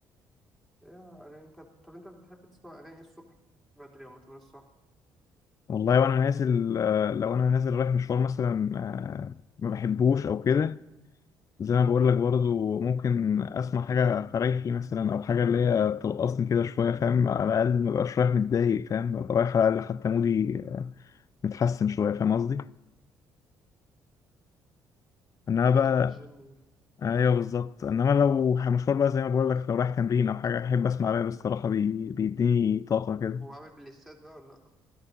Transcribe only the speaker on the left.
والله وأنا نازل آه، لو أنا نازل رايح مشوار مثلا آه، ما بحبوش أو كده زي ما بقول
لك برضو ممكن اسمع حاجه فريحي مثلا او حاجه اللي هي ترقصني كده شويه فاهم على الاقل ما بقاش رايح متضايق فاهم ابقى رايح على الاقل حتى مودي متحسن شويه فاهم قصدي انما
بقى
ايوه بالظبط انما لو مشوار بقى زي ما بقول لك لو رايح تمرين او حاجه احب اسمع راب الصراحه بي... بيديني طاقه كده